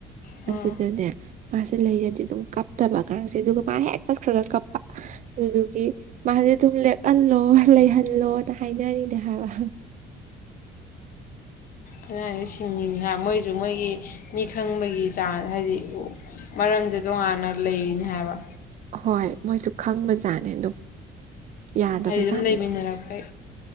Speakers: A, on the left; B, on the right.
A: ꯎꯝ
B: ꯑꯗꯨꯗꯅꯦ ꯃꯥꯁꯦ ꯂꯩꯔꯗꯤ ꯑꯗꯨꯝ ꯀꯞꯇꯕ ꯑꯉꯥꯡꯁꯦ ꯑꯗꯨꯒ ꯃꯥ ꯍꯦꯛ ꯆꯠꯈ꯭ꯔꯒ ꯀꯞꯄ ꯑꯗꯨꯗꯨꯒꯤ ꯃꯥꯁꯦ ꯑꯗꯨꯝ ꯂꯦꯞꯍꯜꯂꯣ ꯂꯩꯍꯜꯂꯣꯅ ꯍꯥꯏꯅꯔꯤꯅꯦ ꯍꯥꯏꯕ
A: ꯑꯉꯥꯡꯁꯦ ꯁꯤꯡꯉꯤꯅꯤ ꯍꯥꯏ ꯃꯣꯏꯁꯨ ꯃꯣꯏꯒꯤ ꯃꯤ ꯈꯪꯕꯒꯤ ꯆꯥꯟꯁ ꯍꯥꯏꯗꯤ ꯃꯔꯝꯁꯦ ꯇꯣꯉꯥꯟꯅ ꯂꯩꯔꯤꯅꯤ ꯍꯥꯏꯕ
B: ꯍꯣꯏ ꯃꯣꯏꯁꯨ ꯈꯪꯕꯖꯥꯠꯅꯤ ꯑꯗꯨꯝ ꯌꯥꯗꯕꯖꯥꯠꯅꯤꯗ
A: ꯑꯩ ꯑꯗꯨꯝ ꯂꯩꯃꯤꯟꯅꯔꯛꯄꯩ